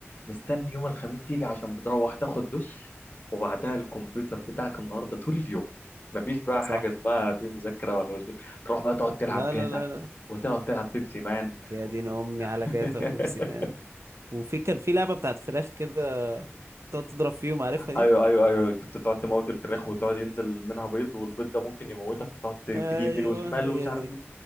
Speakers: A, on the left; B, on the right.
A: مستني يوم الخميس يجي عشان بتروح تاخد دش وبعدها الكمبيوتر بتاعك النهارده طول اليوم مفيش بقى
B: صح
A: حاجه اسمها في مذاكره ولا مش... تروح بقى تقعد تلعب
B: لا لا
A: جاتا
B: لا لا
A: وتقعد تلعب بيبسي مان
B: يا دين امي على
A: <laughs>
B: جاتا وبيبسي مان وفي كان في لعبه بتاعت فراخ كده تقعد تضرب فيهم عارفها دي
A: ايوه ايوه ايوه كنت تقعد تموت الفراخ وتقعد ينزل منها بيض والبيض ده ممكن يموتك فتقعد ت- تيجي
B: ايوه
A: يمين وشمال
B: هي
A: ومش عارف
B: دي
A: ايه